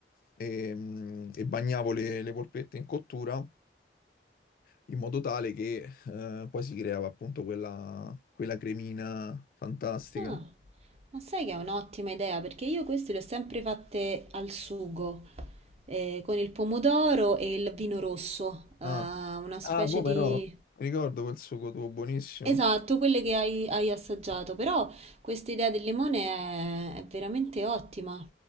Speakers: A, on the left; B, on the right.
A: e, mm, e bagnavo le, le polpette in cottura in modo tale che eh, poi si creava appunto quella, quella cremina fantastica.
B: Ah. Ma sai che è un'ottima idea, perché io queste le ho sempre fatte al sugo, eh, con il pomodoro e il vino rosso, eh,
A: Ah.
B: una specie
A: Ah, come
B: di...
A: no? Ricordo quel sugo tuo buonissimo.
B: Esatto, quelle che hai, hai assaggiato, però questa idea del limone è, è veramente ottima,